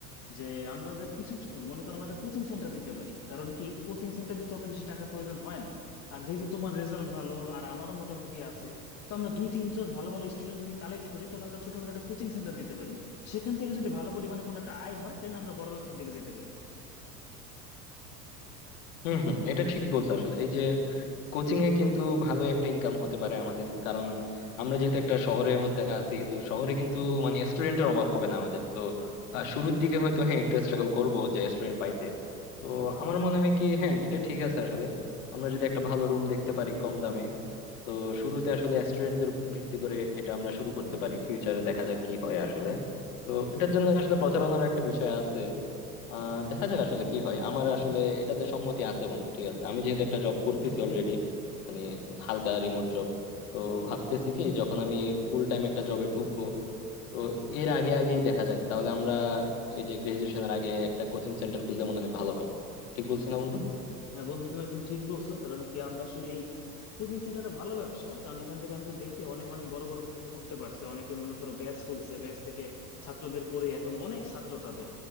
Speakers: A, on the left; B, on the left.
A: যে আমাদের কিছু ট- মনে করো আমরা একটা কোচিং সেন্টার দিতে পারি কারণ কি কোচিং সেন্টার দিতে অত বেশি টাকার প্রয়োজন হয় না আর যেহেতু তোমার রেজাল্ট ভালো আর আমারও মোটামুটি আছে তো আমরা দুই তিনজন ভালো ভালো স্টুডেন্ট যদি কালেক্ট করি তাহলে আমরা ছোটখাটো একটা কোচিং সেন্টার দিতে পারি সেখান থেকে যদি ভালো পরিমাণে কোনো একটা আয় হয় তাহলে আমরা বড় ব্যবসার দিকে যেতে পারি
B: হম হম এটা ঠিক বলছো আসলে এই যে কোচিং এ কিন্তু ভালো একটা ইনকাম হতে পারে আমাদের কারণ আমরা যেহেতু একটা শহরের মধ্যে আছি তো শহরে কিন্তু মানে স্টুডেন্টের অভাব হবে না আমাদের তো আহ, শুরুর দিকে হয়তো হ্যাঁ একটু স্ট্রাগল করব যে স্টুডেন্ট পাইতে তো আমার মনে হয় কি হ্যাঁ এটা ঠিক আছে আসলে আমরা যদি একটা ভালো রুম দেখতে পারি কম দামে তো শুরুতে আসলে স্টুডেন্টদের ভিত্তি করে এটা আমরা শুরু করতে পারি ফিউচারে দেখা যাক কি হয় আসলে তো এটার জন্য আসলে প্রচারণার একটা বিষয় আছে আহ দেখা যাক আসলে কি হয় আমার আসলে এটাতে সম্মতি আছে বন্ধু ঠিক আছে আমি যেহেতু একটা জব করতেছি অলরেডি মানে হালকা রিমোট জব তো ভাবতেছি কি যখন আমি ফুল টাইম একটা জবে ঢুকবো তো এর আগে আগেই দেখা যাক তাহলে আমরা এই যে গ্রাজুয়েশনের আগে একটা কোচিং সেন্টার খুললে মনে হয় ভালো হয় ঠিক বলছি না বন্ধু
A: হ্যাঁ বন্ধু তুমি একদম ঠিক বলছো কারণ কি আমরা আসলে এই কোচিং সেন্টারটা ভালো ব্যবসা কারণ এখান থেকে আমি তো দেখি অনেক অনেক বড় বড় কোর্স করতে পারছে অনেকে মনে করো ব্যাচ খুলছে ব্যাচ থেকে ছাত্রদের পড়ে এখন অনেক ছাত্র তাদের